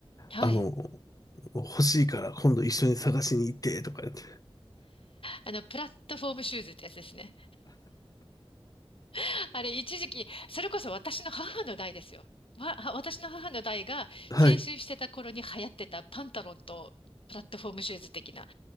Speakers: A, on the left; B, on the left.
A: はい。
B: あの、欲しいから今度一緒に探しに行ってとか言って。
A: あの、プラットフォームシューズってやつですね。<laughs> あれ、一時期、それこそ私の母の代ですよ。わ、は私の母の代が青春してた頃に流行ってたパンタロンとプラットフォームシューズ的な、
B: はい。